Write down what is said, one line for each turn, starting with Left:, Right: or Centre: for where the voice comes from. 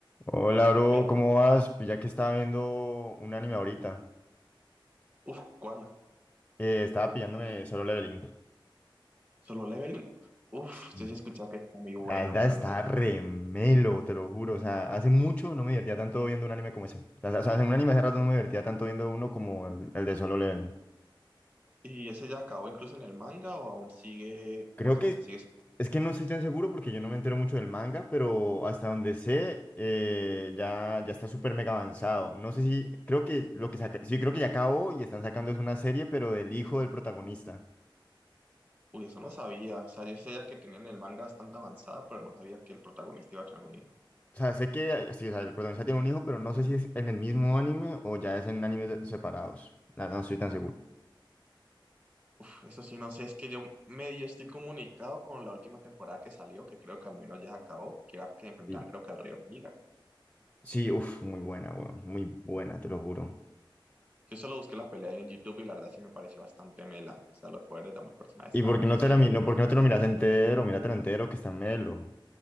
Left: Hola, bro,
Right: Ve-
Left: ¿cómo vas? Pues ya que estaba viendo un anime ahorita,
Right: Uf, ¿cuál?
Left: eh, estaba pillándome Solo Leveling.
Right: Solo Leveling. Uf,
Left: Sí,
Right: sí, sí he escuchado que está muy bueno,
Left: la verdad
Right: pero
Left: está
Right: no tiene.
Left: remelo, te lo juro. O sea, hace mucho no me divertía tanto viendo un anime como ese. O sea, o sea, en un anime hace rato no me divertía tanto viendo uno como el, el de Solo Leveling.
Right: ¿Y ese ya acabó incluso en el manga o aún sigue?
Left: Creo
Right: Pues
Left: que
Right: aún se sigue.
Left: es que no estoy tan seguro porque yo no me entero mucho del manga, pero hasta donde sé, eh, ya, ya está súper mega avanzado. No sé si, creo que lo que saca, sí, creo que ya acabó y están sacando es una serie, pero del hijo del protagonista.
Right: Uy, eso no sabía. O sea, yo sí sabía que tenían el manga bastante avanzado, pero no sabía que el protagonista iba a tener un hijo.
Left: O sea, sé que eh, sí, o sea, el protagonista tiene un hijo, pero no sé si es en el mismo anime o ya es en animes de- separados. La verdad, no estoy tan seguro.
Right: Uf, eso sí, no sé, es que yo medio estoy comunicado con la última temporada que salió, que creo que al menos ya se acabó, que era que enfrentaban
Left: Sí,
Right: creo que al Rey Hormiga.
Left: sí, uff, muy buena, weón. Muy buena, te lo juro.
Right: Yo solo busqué la pelea ahí en YouTube y la verdad sí me pareció bastante mela. O sea, los poderes de ambos personajes
Left: ¿Y
Right: estaban,
Left: por qué no
Right: serían
Left: te la, mi- no, por qué no te lo miras entero? Míratelo entero, que está melo.